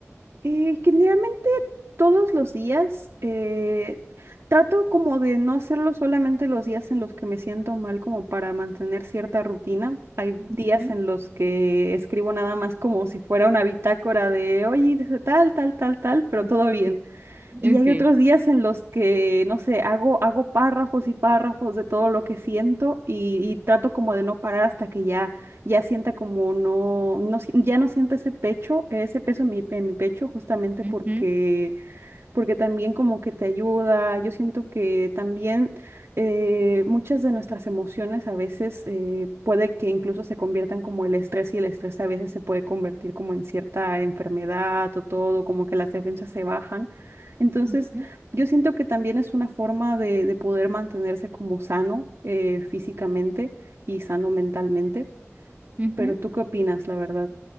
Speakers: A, on the right; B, on the right.
A: Eh, generalmente todos los días eh, trato como de no hacerlo solamente los días en los que me siento mal, como para mantener cierta rutina. Hay
B: Ujú.
A: días en los que escribo nada más como si fuera una bitácora de, oye, hice tal, tal, tal, tal, pero
B: <laughs>
A: todo bien. Y
B: Ok.
A: hay otros días en los que, no sé, hago, hago párrafos y párrafos de todo lo que siento y, y trato como de no parar hasta que ya, ya sienta como no, no, si- ya no sienta ese pecho, ese peso en mi, en mi pecho, justamente
B: Ujú,
A: porque porque también como que te ayuda. Yo siento que también eh, muchas de nuestras emociones a veces eh, puede que incluso se conviertan como el estrés y el estrés a veces se puede convertir como en cierta enfermedad o todo, como que las defensas se bajan. Entonces,
B: ujú,
A: yo siento que también es una forma de, de poder mantenerse como sano eh, físicamente y sano mentalmente.
B: ujú.
A: Pero ¿tú qué opinas, la verdad?